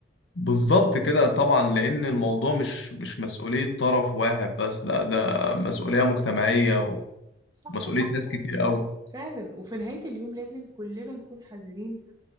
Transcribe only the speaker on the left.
بالظبط كده طبعا لأن الموضوع مش مش مسؤولية طرف واحد بس لا ده مسؤولية مجتمعية
ومسؤولية
ناس كتير قوي